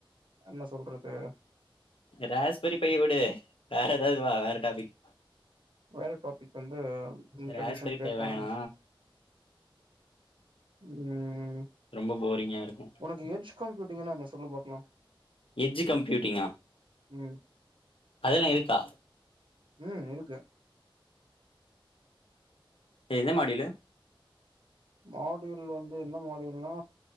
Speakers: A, on the right; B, on the left.
A: என்ன சொல்றது
B: ராஸ்பரி பைய விடு வேற ஏதாது வா வேற டாபிக்
A: வேற டாபிக் வந்து இன்ட்ரொடெக்ஷன்
B: ராஸ்பெரி
A: டேட்டா
B: பை வேணா
A: ஆனஸ் ம்
B: ரொம்ப போரிங்கா இருக்கு
A: உனக்கு எஜ் கம்யூட்டிங்கன்னா என்ன சொல்லு பாக்லா
B: எஜ்ஜு கம்ப்யூட்டிங்கா
A: ம்
B: அதலா இருக்கா
A: ம் இருக்கு
B: எந்த மாடிலு
A: மாடியூல்லு வந்து என்ன மாடியூல்னா